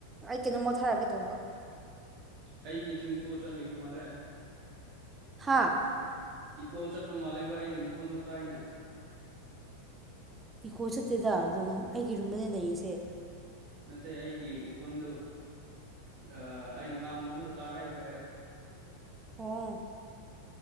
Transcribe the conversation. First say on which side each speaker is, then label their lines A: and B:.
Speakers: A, on the right; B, on the right.
A: ꯀꯩꯅꯣꯃꯣ ꯊꯥꯔꯛꯀꯦ ꯇꯧꯕ
B: ꯑꯩꯒꯤꯗꯨ ꯏꯀꯣ ꯆꯠꯂꯤꯕ ꯃꯥꯜꯂꯦ
A: ꯍꯥꯥ
B: ꯏꯀꯣ ꯆꯠꯄ ꯃꯥꯜꯂꯦꯕ ꯑꯩꯒꯤ ꯃꯈꯣꯟꯗꯨ ꯇꯥꯏꯅꯦ
A: ꯏꯀꯣ ꯆꯠꯇꯦꯗ ꯔꯨꯝ ꯑꯩꯒꯤ ꯔꯨꯝꯗꯅꯦ ꯂꯩꯔꯤꯁꯦ
B: ꯅꯠꯇꯦ ꯑꯩꯒꯤ ꯃꯈꯣꯟꯗꯨ ꯑꯥ ꯑꯩꯅ ꯉꯥꯡꯕꯗꯣ ꯑꯃꯨꯛꯀ ꯇꯥꯔꯛꯏꯕ ꯑꯦ
A: ꯑꯣ